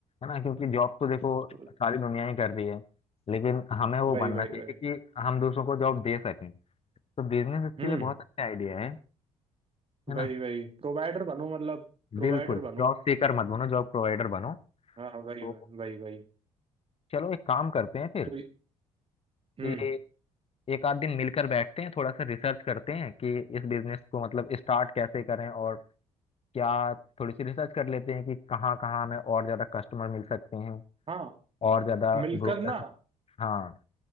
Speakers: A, on the left (about 35°); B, on the right (about 30°).
A: ना क्योंकि जॉब तो देखो
B: तो
A: सारी दुनिया ही कर रही है लेकिन हमें वो
B: वही
A: बनना
B: वही
A: चाहिए
B: वही
A: कि हम दूसरों को जॉब दे सकें तो बिजनेस इसके
B: हम्म
A: लिए बहुत अच्छा आइडिया है है ना
B: वही वही प्रोवाइडर बनो मतलब प्रोवाइडर
A: बिल्कुल
B: बनो
A: जॉब सीकर मत बनो जॉब प्रोवाइडर बनो
B: हाँ
A: तो
B: वही वही वही वही
A: चलो एक काम करते हैं फिर
B: तो हम्म
A: कि एक आध दिन मिलकर बैठते हैं थोड़ा सा रिसर्च करते हैं कि इस बिजनेस को मतलब स्टार्ट कैसे करें और क्या थोड़ी सी रिसर्च कर लेते हैं कि कहाँ कहाँ हमें और ज्यादा कस्टमर मिल सकते हैं
B: हाँ
A: और ज्यादा
B: मिलकर
A: ग्रो
B: ना
A: कर सकते हाँ